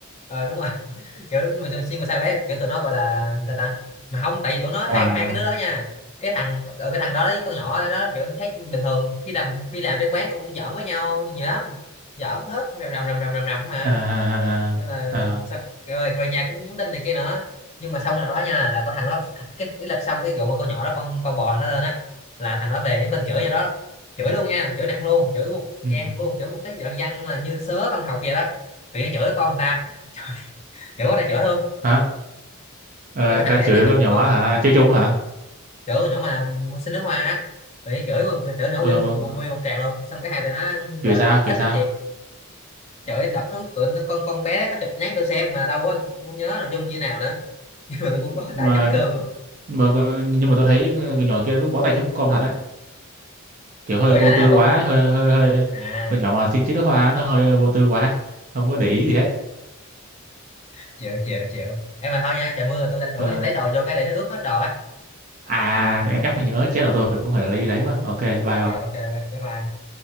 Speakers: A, on the left; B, on the right.
A: ờ đúng rồi <laughs> kiểu mà sao- xuyên mà sao đấy kiểu tụi nó gọi là sao ta mà không tại vì tụi nó
B: hòa
A: hai hai cái đứa đó nha cái thằng ờ, cái thằng đó với con nhỏ đó, đó kiểu thấy bình thường khi làm khi làm trên quán cũng cũng giỡn với nhau nhiều lắm giỡn hết rầm rầm rầm rầm rầm rầm mà
B: à, à,
A: nên là
B: à. à, à.
A: sao rồi về nhà cũng nhắn tin này kia nữa nhưng mà xong cái đợt đó nha là có thằng đó th- cái cái lật xong cái rượu mà con nhỏ đó con con bò nó lên á là thằng đó về nhắn tin
B: Ừ.
A: chửi như đó chửi luôn nha chửi nặng luôn chửi một gian
B: Ừ.
A: luôn chửi một cái đoạn văn là như sớ văn học vậy đó tự nhiên chửi con người ta <laughs> chửi chửi quá trời chửi luôn
B: hả Ờ,
A: là cái thằng
B: là
A: đấy
B: chửi
A: nó chửi
B: con nhỏ
A: ừ,
B: hả? Chơi trốn hả?
A: chửi con nhỏ mà xin nước hoa á tự nhiên chửi một- tự nhỏ
B: Ờ
A: nguyên
B: mà
A: một, nguyên một tràng luôn xong cái hai tụi nó
B: chửi
A: gọi là
B: sao? Chửi
A: ít
B: sao?
A: nói chuyện chửi đợt nó tụi nó- con con bé đó có chụp nhắn tôi xem mà đâu có tôi không nhớ nội dung như nào nữa <laughs> nhưng mà tôi cũng
B: Nhưng
A: có tay
B: mà
A: chấm cơm luôn
B: nhưng mà nhưng mà tôi thấy con nhỏ kia nó cũng bó tay chấm com thật đấy. Kiểu hơi
A: còn
B: vô
A: nhỏ nào
B: tư
A: không
B: quá, hơi hơi hơi
A: à
B: con nhỏ mà xin chữ nước hoa nó hơi vô tư quá, không có để ý gì hết.
A: chịu chịu chịu em mà thôi nha trời mưa rồi tôi tranh thủ
B: Ờ,
A: đi lấy đồ vô cái để nó ướt hết đồ á
B: à em nhắc mới nhớ chết rồi tôi phải cũng phải lấy lấy quá. Ok, bye ông.
A: rồi ok bye bye bye